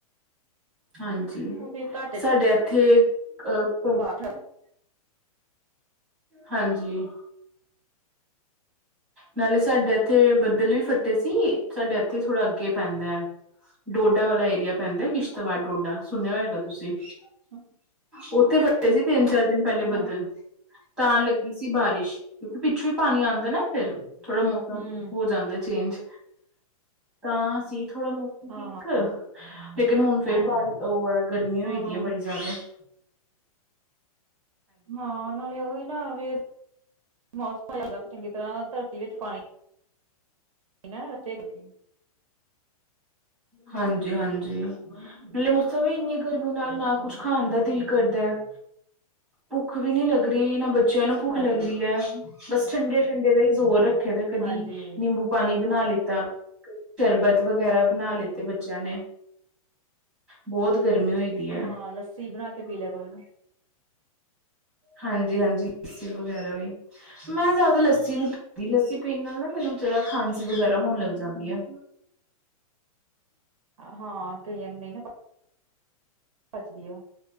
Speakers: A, in the centre; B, on the right (about 60°).
A: ਹਾਂਜੀ,
B: ਉਹ ਫੇਰ ਘੱਟ
A: ਸਾਡੇ ਏਥੇ ਅ ਭੋ
B: <inaudible>
A: ਹਾਂਜੀ। ਨਾਲੇ ਸਾਡੇ ਏਥੇ ਬੱਦਲ ਵੀ ਫੱਟੇ ਸੀ, ਸਾਡੇ ਏਥੇ ਥੋੜ੍ਹਾ ਅੱਗੇ ਪੈਂਦਾ ਐ ਡੋਡਾ ਵਾਲਾ ਏਰੀਆ ਪੈਂਦਾ ਕਿਸ਼ਤਵਾੜ ਡੋਡਾ ਸੁਨੇਆ ਹੋਏਗਾ। ਤੁਸੀਂ,
B: ਹੂੰ,
A: ਓਥੇ ਫਟੇ ਸੀ ਤਿੰਨ ਚਾਰ ਦਿਨ ਪੈਲੇ
B: ਹੂੰ,
A: ਬੱਦਲ। ਤਾਂ ਲੱਗੀ ਸੀ ਬਾਰਿਸ਼, ਕਿਓਂਕਿ ਪਿੱਛੋਂ ਈ ਪਾਨੀ ਆਂਦਾ ਨਾ ਫੇਰ। ਥੋੜਾ ਮੌਸਮ
B: ਹਾਂ,
A: ਹੋ ਜਾਂਦਾ ਚੇਂਜ, ਤਾਂ ਅਸੀਂ ਥੋੜਾ ਮੋ ਠੀਕ
B: ਹਾਂ, ਹਾਂ,
A: ਐ, ਲੇਕਿਨ ਹੁਣ ਫੇਰ
B: ਹਾਂ,
A: ਬਾਰੀ ਓ ਐ ਗਰਮੀ ਹੋਈ
B: ਹਾਂ।
A: ਦੀ ਐ ਬੜੀ ਜ਼ਾਦਾ। <inaudible>
B: ਹਾਂ ਨਾਲੇ ਓਈ ਨਾ ਵੀ ਮੌਸਮ ਆਏਗਾ ਚੰਗੀ ਤਰ੍ਹਾਂ ਧਰਤੀ ਵਿੱਚ ਪਾਨੀ ਨਾ ਰਚੇਗਾ ਪਾਨੀ।
A: ਹਾਂਜੀ ਹਾਂਜੀ ਪ ਮੌਸਮ ਵੀ ਇੰਨੀ ਗਰਮੀ ਨਾਲ ਨਾ ਕੁੱਝ ਖਾਣ ਦਾ ਦਿਲ ਕਰਦਾ ਹੈ ਭੁੱਖ ਵੀ ਨੀ ਲੱਗ ਰਹੀ ਇਹਨਾਂ ਬੱਚ ਬੱਚਿਆਂ ਨੂੰ ਭੁੱਖ
B: ਹਾਂਜੀ,
A: ਲੱਗ ਰਹੀ ਹੈ ਬਸ ਠੰਡੇ ਠੰਡੇ ਦਾ ਹੀ ਜ਼ੋਰ ਰੱਖੇ ਦਾ ਕਦੀ
B: ਹਾਂਜੀ,
A: ਨਿੰਬੂ ਪਾਣੀ ਬਣਾ ਲਿੱਤਾ ਸ਼ਰਬਤ ਵਗੈਰਾ ਬਣਾ ਲਿੱਤੇ ਬੱਚਿਆਂ ਨੇ ਬਹੁਤ ਗਰਮੀ ਹੋਈ ਦੀ ਹੈ
B: ਹਾਂ ਲੱਸੀ ਬਣਾ ਕੇ ਪੀ ਲਿਆ ਕਰੋ
A: ਹਾਂਜੀ ਹਾਂਜੀ ਲੱਸੀ ਵਗੈਰਾ ਵੀ ਮੈਂ ਜ਼ਿਆਦਾ ਲੱਸੀ ਪੀ ਲੱਸੀ ਪੀਣ ਨਾਲ ਨਾ ਮੈਨੂੰ ਜਰਾ ਖਾਂਸੀ ਵਗੈਰਾ ਹੋਣ ਲੱਗ ਜਾਂਦੀ ਹੈ
B: ਹਾਂ ਕਈਆਂ ਨੂੰ ਨਹੀਂ ਨਾ ਪੱਚਦੀ ਆ